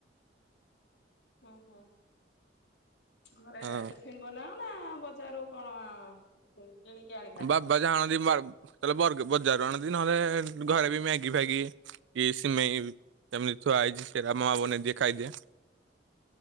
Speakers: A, on the left (about 70°); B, on the right (about 85°).
A: ହୁଁ ହୁଁ ଘରେ
B: ହଁ।
A: ଫିନ୍ ବନାଅ ନା ବଜାରରୁ କଣ ଆ କିଣିକି ଆ
B: ବାବା ଜା ଆଣନ୍ତି ତାହଲେ ବଜାରରୁ ଆଣନ୍ତି ନହେଲେ ଘରେ ବି ମ୍ୟାଗି ଫାଗି କି ସିମେଇ ଯେମିତି ଥୁଆ ହେଇଛି ସେଟା ମା ବନେଇଦିଏ ଖାଇଦିଏ।